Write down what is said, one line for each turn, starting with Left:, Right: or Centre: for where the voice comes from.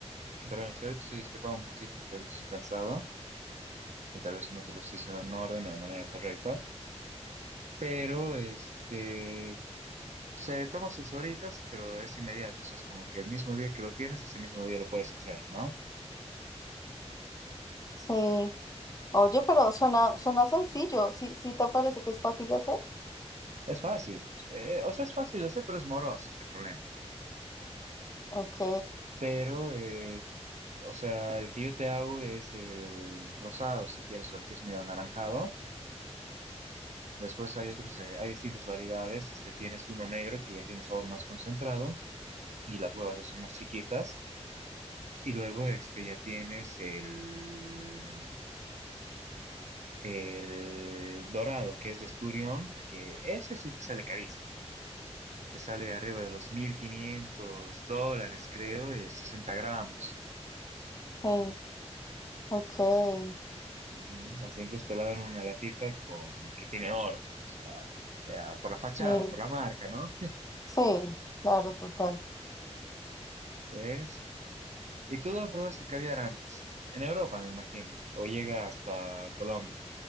Right: Pero es que ahorita estoy discrepando un poquito porque ahorita estoy cansado y tal vez no te lo estoy diciendo en orden o de manera correcta. Pero este se toma sus horitas, pero es inmediato. O sea, es como que el mismo día que lo tienes, ese mismo día lo puedes hacer, ¿no?
Left: Sí. Oye, pero suena, suena sencillo. ¿Sí, sí te parece que es fácil de hacer?
Right: Es fácil. Eh, o sea, es fácil de hacer, pero es moroso ese problema.
Left: Ok,
Right: Pero, eh, o sea, el que yo te hago es el rosado, si quieres, o el que es medio anaranjado. Después hay otros, eh, hay distintas variedades. Este tienes uno negro que ya tiene un sabor más concentrado. y las huevas ya son más chiquitas. Y luego este, ya tienes el, el dorado, que es de esturión, que ese sí te sale carísimo. Te sale arriba de los mil quinientos dólares, creo, de 60 gramos.
Left: sí, ok,
Right: Ujú. Hasta incluso te la dan en una latita con, que tiene oro. O sea, ya, por la fachada,
Left: sí,
Right: por la marca, ¿no?
Left: sí, claro, total.
Right: <laughs> ¿Ves? ¿Y tú dónde probaste caviar antes? En Europa, me imagino. O llega hasta Colombia.